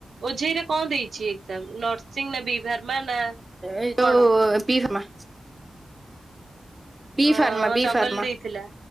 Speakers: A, on the right; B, on the right.
A: ଓଝେଇରେ କଣ ଦେଇଛି ଛି ନର୍ସିଂ ନା ବି ବାର୍ମା ନା
B: ଏ ଯୋଉ
A: କଣ?
B: ବି ଫାର୍ମା ବି
A: ହଁ
B: ଫାର୍ମା
A: ଆମ
B: ବି
A: ଚଗଲି
B: ଫାର୍ମା।
A: ଦେଇଥିଲା।